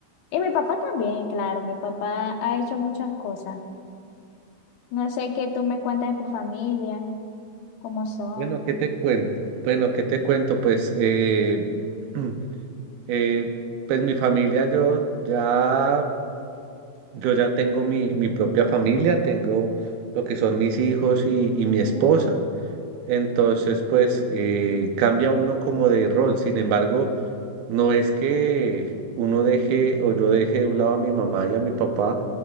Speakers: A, on the left (about 90°); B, on the right (about 90°).
A: Y mi papá también, claro, mi papá ha hecho muchas cosas. No sé qué tú me cuentas de tu familia, cómo son.
B: Bueno, ¿qué te cuento? Bueno, ¿qué te cuento? Pues, eh, <clears throat> mm, eh, pues mi familia, yo ya, yo ya tengo mi, mi propia familia, tengo lo que son mis hijos y, y mi esposa.
A: Ah,
B: Entonces, pues eh, cambia uno como de rol. Sin embargo, no es que uno deje o yo deje de un lado a mi mamá y a mi papá.